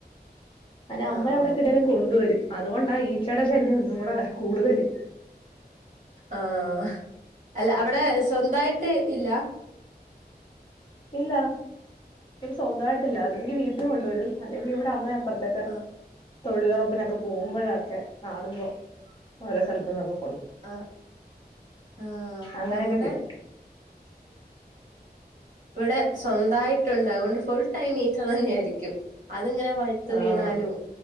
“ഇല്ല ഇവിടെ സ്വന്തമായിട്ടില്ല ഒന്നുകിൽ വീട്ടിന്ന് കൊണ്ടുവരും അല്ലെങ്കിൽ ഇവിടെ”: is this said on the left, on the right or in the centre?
Left